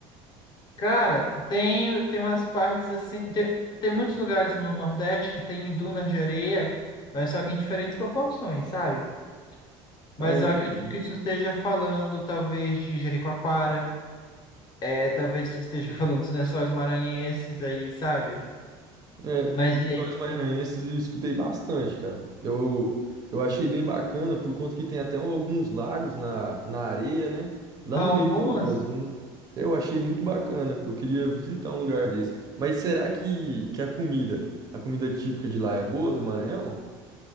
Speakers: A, on the left; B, on the right.
A: Cara, tem, tem umas partes assim. Tem, tem muitos lugares no Nordeste que tem dunas de areia, mas só que em diferentes proporções, sabe? Mas
B: Ah, entendi.
A: eu acredito que isso esteja falando, talvez, de Jericoacoara, é, talvez isso esteja <laughs> falando dos Lençóis Maranhenses aí, sabe?
B: É,
A: Mas
B: Lençóis
A: e aí?
B: Maranhenses
A: tu-
B: eu escutei bastante, cara. Eu, eu achei bem bacana por conta que tem até um, alguns lagos na, na areia, né? Lá
A: Algumas.
B: no meio do- das dunas. Eu achei muito bacana. Eu queria visitar um lugar desse. Mas será que, que a comida, a comida típica de lá é boa do Maranhão?